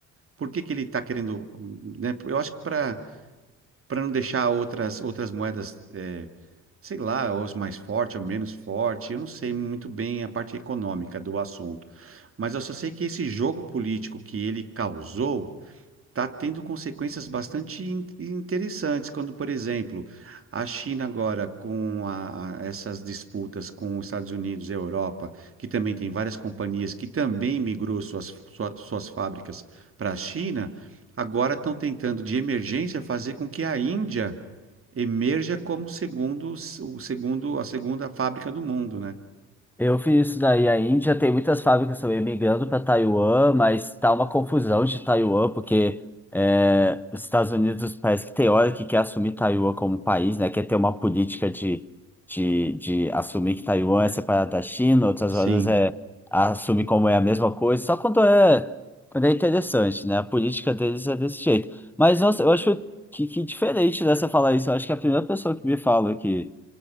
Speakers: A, on the right (about 40°); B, in the centre.
A: por que que ele está querendo, né? Eu acho que para para não deixar outras, outras moedas, eh, sei lá, ou as mais forte ou menos forte. Eu não sei muito bem a parte econômica do assunto, mas eu só sei que esse jogo político que ele causou está tendo consequências bastante in- interessantes, quando, por exemplo, a China agora com a- a- essas disputas com os Estados Unidos e a Europa, que também tem várias companhias que também migrou suas, sua- suas fábricas para a China, agora estão tentando, de emergência, fazer com que a Índia emerja como segundo, o segundo, a segunda fábrica do mundo, né?
B: Eu fiz isso daí. A Índia tem muitas fábricas também migrando para Taiwan, mas tá uma confusão de Taiwan, porque é, os Estados Unidos parece que tem hora que quer assumir Taiwan como país, né? Quer ter uma política de, de, de assumir que Taiwan é separado da China, outras
A: Sim,
B: horas é assumir como é a mesma coisa, só quando é, quando é interessante, né? A política deles é desse jeito. Mas, nossa, eu acho que, que diferente dessa falar isso. Eu acho que é a primeira pessoa que me fala que